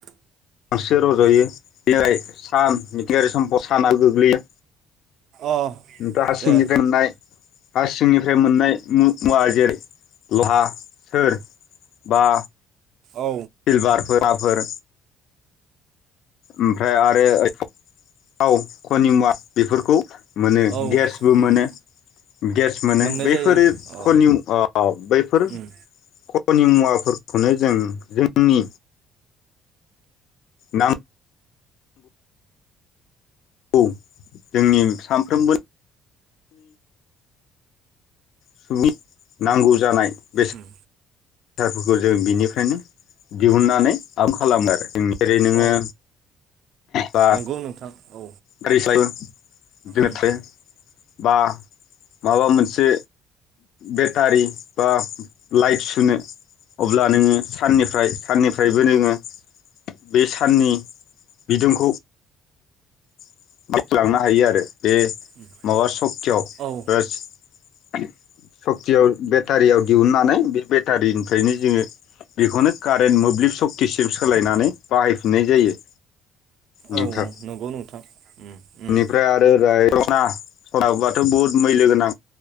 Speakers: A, on the left; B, on the right.
A: बांसो रज'यो जाय सान मिथिंगारि समफ्राव साना गोग्लैयो
B: अ
A: हा
B: दे
A: सिंनि मोननाय हासिंनिफ्राय मोननाय मुवा जेरै हा सोर बा
B: औ
A: <unintelligible> फोराफोर ओमफ्राय आरो थाव खनिमुवा बेफोरखौ मोनो
B: औ
A: गेसबो मोनो
B: उम
A: गेस मोनो
B: मोननाय
A: बैफोरो
B: जायो अ
A: खनिउ बैफोर
B: उम
A: खनि मुवाफोरखौनो जों जोंनि नां औ जोंनि सानफ्रोमबो सुबुं नांगौ जानाय बेसादफोरखौ
B: उम
A: जों बिनिफ्रायनो दिहुननानै आम खालामो आरो जोंनि जेरै नोङो
B: औ
A: बा
B: नंगौ नोंथां औ
A: गारि सायो जोनो
B: उम
A: थायो बा माबा मोनसे बेटारि बा लाइट सुनो अब्ला नोङो साननिफ्राय साननिफ्रायबो नोङो बे साननि बिदुंखौ <unintelligible> लांनो हायो आरो बे
B: उम
A: माबा सक्कियाव
B: औ
A: <inaudible> सक्तियाव बेटारियाव दिहुननानै बे बेटारिनिफ्रायनो जोङो बेखौनो कारेन्ट मोब्लिब फ्लिप सक्तिसिम सोलायनानै बाहायफिननाय जायो नोंथां
B: औ <unintelligible> नंगौ नोंथां उम
A: बेनिफ्राय आरो ओरै सना सनाबाथ' बुहुत मैलो गोनां